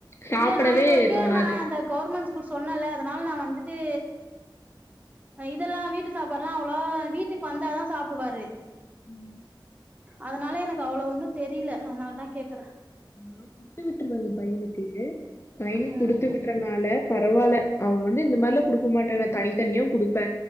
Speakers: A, on the left; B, on the right.
A: சாப்டவே
B: இல்ல நா இதுவரைகு
A: தோணாது
B: நா அந்த கவர்மெண்ட் கூல் சொன்னல்ல அதனால நா வந்துட்டு இதெல்லா வீட்டு சாப்பாட்லா அவ்வளோ வீட்டுக்கு வந்தாதான் சாப்டுவாரு
A: ம்
B: அதனால எனக்கு அவ்வள ஒண்ணு தெரியில அதனாலதா கேக்குற
A: நா குடுத்து விட்டுருவேங்க பையனுக்கு பையனு
B: ம்
A: குடுத்து விட்ட கனால பரவால்ல அவன் வந்து இந்த மாரிலா குடுக்க மாட்டான தனித்தனியா குடுப்பே